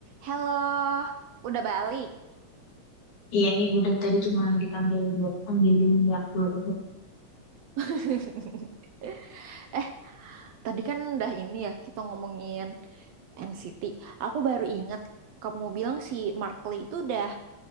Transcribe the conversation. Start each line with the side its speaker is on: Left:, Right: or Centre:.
Right: Halo, udah balik.
Left: Iya nih udah tadi cuma dipanggil buat ambilin Yakult itu
Right: <laughs> Eh, tadi kan udah ini ya kita ngomongin NCT. Aku baru ingat kamu bilang si Mark Lee itu udah